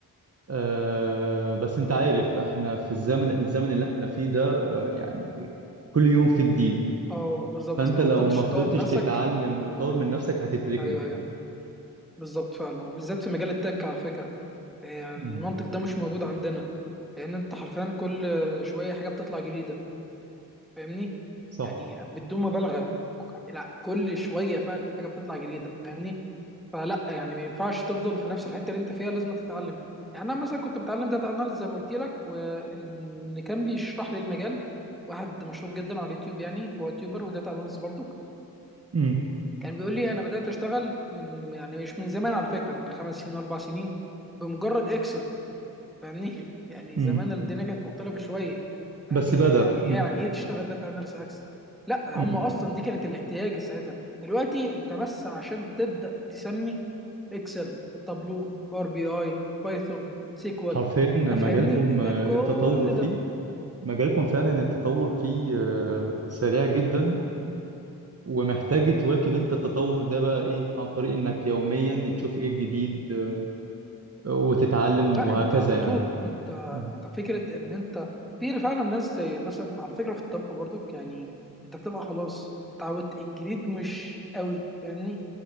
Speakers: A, on the right; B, in the centre.
A: آه، بس أنت عارف إحنا في الزمن الزمن اللي إحنا فيه ده آه، يعني كل يوم في جديد
B: أه بالظبط
A: فأنت
B: لو
A: لو
B: مفضلتش
A: ما فضلتش
B: تطور نفسك
A: تتعلم
B: ما
A: وتطور من نفسك هتتركن
B: ايوه ايوه بالظبط فعلا وبالذات في مجال التك على فكره آه، المنطق
A: مم.
B: ده مش موجود عندنا لان انت حرفيا كل شويه حاجه بتطلع جديده فاهمني
A: صح
B: يعني بدون مبالغه لا كل شويه فعلا حاجه بتطلع جديده فاهمني فلا يعني ما ينفعش تفضل في نفس الحته اللي انت فيها لازم تتعلم يعني انا مثلا كنت بتعلم داتا اناليز زي ما قلت لك واللي كان بيشرح لي المجال واحد مشهور جدا على اليوتيوب يعني هو يوتيوبر وداتا اناليست برضه
A: مم.
B: كان بيقول لي انا بدات اشتغل من يعني مش من زمان على فكره من خمس سنين اربع سنين بمجرد اكسل فاهمني يعني
A: مم.
B: زمان الدنيا كانت مختلفه شويه فاهمني
A: بس بدأ
B: يعني ايه يعني ايه تشتغل داتا اناليس اكسل لا هم
A: مم.
B: اصلا دي كانت الاحتياج ساعتها دلوقتي انت بس عشان تبدا تسمي اكسل تابلو باور بي اي بايثون سيكوال
A: حرفيا
B: تفهمني
A: مجالكم
B: محتاج
A: آه،
B: كل
A: التطور فيه
B: ده
A: مجالكم فعلا التطور فيه آه، سريع جدا ومحتاج تواكب انت التطور ده بقى ايه عن طريق انك يوميا تشوف ايه الجديد آه، وتتعلم
B: لا
A: وهكذا
B: انت على طول
A: يعني
B: انت
A: مم.
B: انت فكره ان انت في فعلا ناس زي مثلا على فكره في الطب برضك يعني انت بتبقى خلاص اتعودت الجديد مش قوي فاهمني